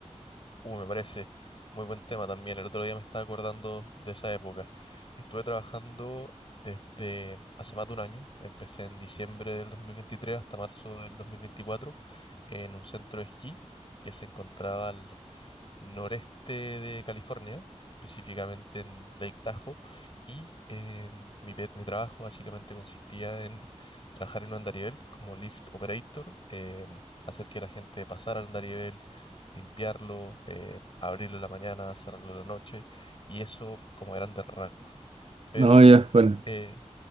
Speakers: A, on the left; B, on the right.
A: Uh, me parece muy buen tema también. El otro día me estaba acordando de esa época. Estuve trabajando desde hace más de un año. Empecé en diciembre del 2023 hasta marzo del 2024 en un centro de esquí que se encontraba al noreste de California, específicamente en Lake Tahoe, y em, mi, pe- mi trabajo básicamente consistía en trabajar en un andarivel como lift operator, em, hacer que la gente pasara al andarivel, limpiarlo, eh, abrirlo en la mañana, cerrarlo en la noche, y eso como grandes rasgos. Pero
B: No, ya, bueno.
A: eh,